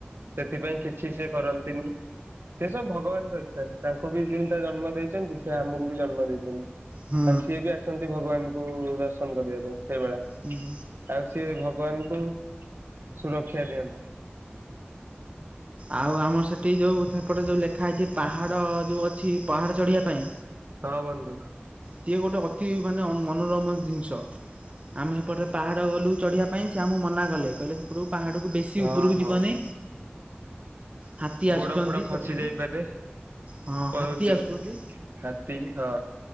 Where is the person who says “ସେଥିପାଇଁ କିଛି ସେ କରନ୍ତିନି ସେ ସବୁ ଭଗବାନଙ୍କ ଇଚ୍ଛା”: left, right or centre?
Right